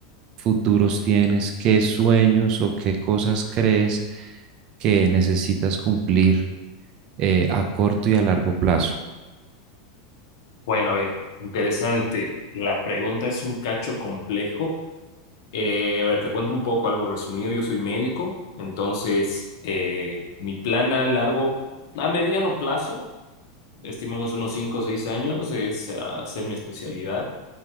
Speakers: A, on the right (about 35°); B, on the left (about 70°).
A: futuros tienes, qué sueños o qué cosas crees que necesitas cumplir eh, a corto y a largo plazo.
B: Bueno, a ver, interesante. La pregunta es un cacho complejo. Eh, a ver, te cuento un poco algo resumido. Yo soy médico, entonces eh, mi plan a largo, a mediano plazo, estimamos unos 5 o 6 años, es ah, hacer mi especialidad.